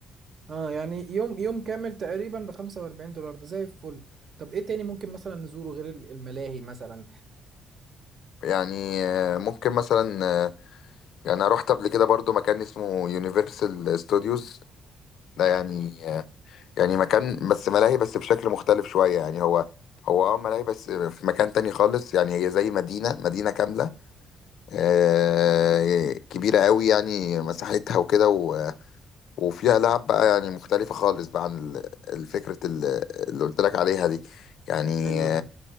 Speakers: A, on the right (about 50°); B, on the left (about 75°).
A: اه يعني يوم يوم كامل تقريبا ب 45 دولار ده زي الفل طب ايه تاني ممكن مثلا نزوره غير ال- الملاهي مثلا
B: يعني آه، ممكن مثلا آه، يعني انا رحت قبل كده برضو مكان اسمه يونيفرسال ستوديوز ده يعني آه، يعني مكان بس ملاهي بس بشكل مختلف شوية يعني هو هو اه ملاهي بس في مكان تاني خالص يعني هي زي مدينة مدينة كاملة آه، كبيرة قوي يعني مساحتها وكده و- وفيها لعب بقى يعني مختلفة خالص بقى عن ال- الفكرة ال- اللي قلت لك عليها دي يعني
A: حلو ده